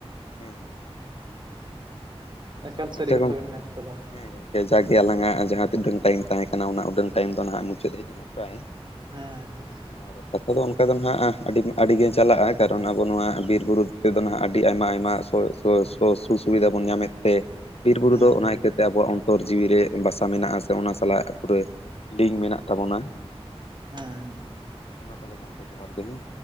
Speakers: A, on the left; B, on the right.
A: ᱦᱮᱸ᱾
B: ᱮᱠᱟᱞ ᱥᱟᱹᱨᱤ
A: ᱟᱪᱪᱷᱟ
B: ᱠᱟᱛᱷᱟ
A: ᱜᱚᱝᱠᱮ
B: ᱵᱮᱱ ᱢᱮᱱ ᱟᱠᱟᱫᱟ
A: ᱦᱮᱸ ᱜᱚᱝᱠᱮ᱾ ᱡᱟᱜᱮ ᱟᱞᱟᱝᱼᱟᱜ ᱡᱟᱦᱟᱸ ᱛᱤᱰᱟᱹᱝ ᱴᱟᱭᱤᱢ ᱛᱟᱦᱮᱸ ᱠᱟᱱᱟ ᱚᱱᱟ ᱩᱰᱟᱹᱝ ᱴᱟᱭᱤᱢ ᱫᱚ ᱱᱟᱦᱟᱸᱜ ᱢᱩᱪᱟᱹᱫ ᱦᱮᱡ ᱱᱟ ᱯᱨᱟᱭ,
B: ᱦᱩᱸ ᱦᱩᱸ᱾
A: ᱟᱨ ᱠᱟᱛᱷᱟ ᱫᱚ ᱚᱱᱠᱟ ᱫᱚ ᱱᱟᱦᱟᱸᱜ ᱟᱹᱰᱤ ᱟᱹᱰᱤᱜᱮ ᱪᱟᱞᱟᱜᱼᱟ ᱠᱟᱨᱚᱱ ᱟᱵᱚ ᱱᱚᱣᱟ ᱵᱤᱨ-ᱵᱩᱨᱩ ᱛᱮᱫᱚ ᱱᱟᱦᱟᱸᱜ ᱟᱹᱰᱤ ᱟᱭᱢᱟ ᱟᱭᱢᱟ <unintelligible> ᱥᱚ ᱫᱚ ᱥᱩ ᱥᱩᱵᱤᱫᱟ ᱵᱚᱱ ᱧᱟᱢᱮᱫ ᱛᱮ ᱵᱤᱨ-ᱵᱩᱨᱩ
B: ᱦᱮᱸ
A: ᱫᱚ ᱚᱱᱟ ᱪᱮᱛᱮ ᱟᱵᱚᱣᱟᱜ ᱚᱱᱛᱚᱨ ᱡᱤᱹᱭᱤᱹ ᱨᱮ ᱵᱟᱥᱟ ᱢᱮᱱᱟᱜᱼᱟ, ᱥᱮ ᱚᱱᱟ ᱥᱟᱞᱟᱜ ᱯᱩᱨᱟᱹ ᱞᱤᱝᱠ ᱢᱮᱱᱟᱜ ᱛᱟᱵᱚᱱᱟ᱾
B: ᱦᱩᱸ᱾
A: ᱢᱟ ᱛᱟᱦᱚᱞᱮ ᱜᱚᱝᱠᱮ ᱡᱚᱦᱟᱨ ᱜᱮ ᱦᱮᱸ᱾